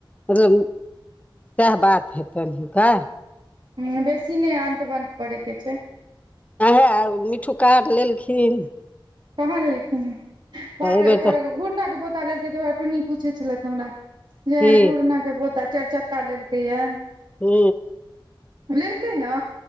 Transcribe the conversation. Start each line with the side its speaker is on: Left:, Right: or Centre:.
Left: मतलब सैह बात हेतन हुनका
Right: ह बेसी नहि अंट बंट करय के छै
Left: आहें मिठ्ठू कार लेलखिन
Right: कहाँ लेलखिन
Left: तऽ
Right: बाप
Left: एहिबेर
Right: रे ओकर
Left: तऽ
Right: घूर्ना के पोता लेलखिन टुनी पूछे छलथि हमरा जे
Left: की
Right: घुड़ना के पोता चारि चक्का लेलकै या
Left: हू
Right: लेलकै न